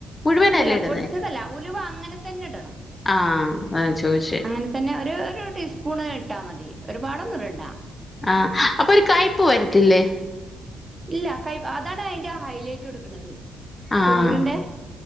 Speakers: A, on the left; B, on the right.
A: മുഴുവനല്ലേ
B: അല്ല
A: ഇടുന്നേ
B: പൊടിച്ചതല്ല ഉലുവ അങ്ങനെ തന്നെ ഇടണം
A: ആഹ് അതാ ഞാൻ ചോയ്ച്ചേ
B: അങ്ങനെ തന്നെ ഒര് ഒരു ടീസ്പൂണ് ഇട്ടാൽ മതി ഒരുപാടൊന്നും ഇടണ്ട
A: ആഹ് അപ്പൊ ഒരു കയ്പ്പ് വര്ത്തില്ലേ
B: ഇല്ല കൈപ് അതാണ് അയ്ന്റെ ഹൈലൈറ്റ് കൊട്ക്ക്‌ണത് അചോറിന്റെ
A: ആഹ്